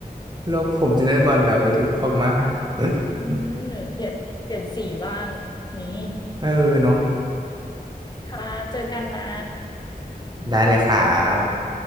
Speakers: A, on the right (about 25°); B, on the left (about 25°).
A: โลกผมจะได้บอลแบบสักที่เขามากฮะ <laughs>
B: อมเปลี่ยนเปลี่ยนสีบ้างนี่
A: เออเนาะ
B: ค่ะเจอกันนะ
A: <laughs> ได้เลยครับ